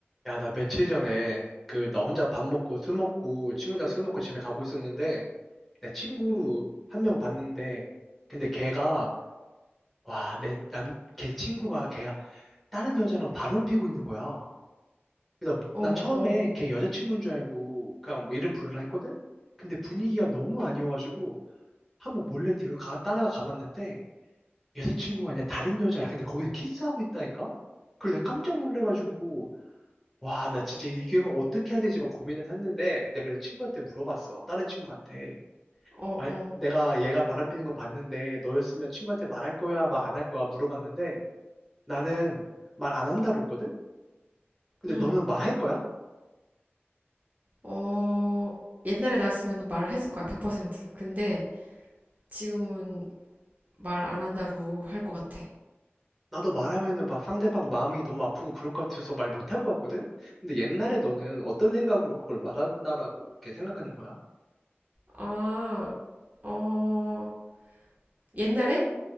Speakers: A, in the centre; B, on the right.
A: 야, 나 며칠 전에 그 나 혼자 밥 먹고 술 먹고 친구랑 술 먹고 집에 가고 있었는데 내 친구
B: 음,
A: 한 명 봤는데 근데 걔가 와, 내 남, 걔 친구가 걔가 다른 여자랑 바람 피고 있는 거야. 나,
B: 어,
A: 나 처음에
B: 어,
A: 걔 여자친구인 줄 알고 그냥 뭐 이름 부르라 했거든? 근데 분위기가 너무 아니어가지고 한번 몰래 뒤로 가, 따라가 가봤는데 여자친구가 아니라 다른 여자야. 근데 거기서 키스하고 있다니까? 그래서 내가 깜짝 놀래가지고 와, 나 진짜 이 기획은 어떻게 해야 되지 막 고민을 했는데, 내가 그래서 친구한테 물어봤어. 다른 친구한테.
B: 어,
A: 마-
B: 어,
A: 내가 얘가 바람 피는 거 봤는데, 너였으면 친구한테 말할 거야, 말 안 할 거야 물어봤는데, 나는 말 안 한다고 했거든? 근데
B: 음,
A: 너는 말할 거야?
B: 어, 옛날에 나였으면 말을 했을 거야, 100%. 근데 지금은 말 안 한다로 할 것 같아.
A: 나도 말하면은 막 상대방 마음이 너무 아프고 그럴 것 같아서 말 못 할 것 같거든? 근데 옛날에 너는 어떤 생각으로 그걸 말한다라고 이렇게 생각하는 거야?
B: 아, 어, 옛날에?